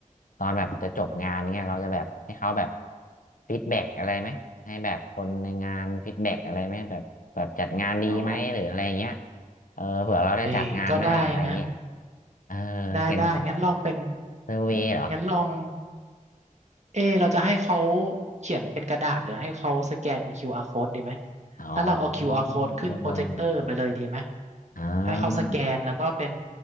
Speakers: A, on the left (about 80°); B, on the right (about 55°).
A: ตอนแบบจะจบงานเงี้ยเราจะแบบให้เขาแบบฟีดแบ็กอะไรไหมให้แบบคนในงานฟีดแบ็กอะไรไหมแบบแบบจัดงานดีไหมหรืออะไรเงี้ย
B: อ๋อ
A: เออเผื่อเราได้จัดงานหน้าอะไรเงี้ย
B: เอ้ยก็ได้นะ
A: เออ
B: ได้ได้งั้นลองเป็น
A: เขียนเซอร์เวย์เหรอ
B: งั้นลองเอเราจะให้เขาเขียนเป็นกระดาษหรือให้เขาสแกน QR code ดีไหม
A: อ๋อเออ
B: ถ้าเราเอา QR code ขึ้นโปรเจคเตอร์ไปเลยดีไหม
A: อ่า
B: ให้เขาสแกนแล้วก็เป็น